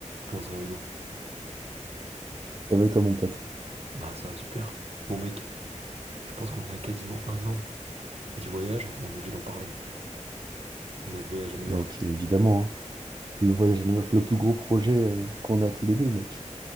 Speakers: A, on the right (about 55°); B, on the right (about 35°).
A: Comment ça va, Hugo?
B: Ça va être à mon pote?
A: Bah, ça va super. Bon, mec, je pense qu'on est à quasiment un an du voyage, on est obligé d'en parler. Notre voyage à New York.
B: Mec, évidemment, hein. Le voyage à New York, le plus gros projet euh, qu'on a tous les deux, mec.